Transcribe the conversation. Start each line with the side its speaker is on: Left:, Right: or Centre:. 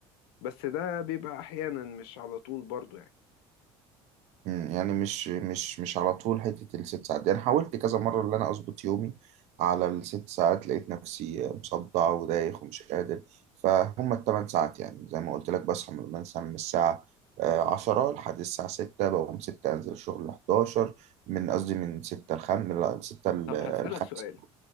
Left: بس ده بيبقى احيانا مش على طول برضه يعني.
Right: مم، يعني مش مش مش على طول حتة الست ساعات دي أنا حاولت كذا مرة إن أنا أظبط يومي على الست ساعات لقيت نفسي مصدع ودايخ ومش قادر فهم التمن ساعات يعني زي ما قلت لك بصحى من مثلا من الساعة آه، عشرة لحد الساعة ستة بقوم ستة أنزل الشغل لحداشر من قصدي من ستة لخم من لا، ستة لخمسة
Left: طب هسألك سؤال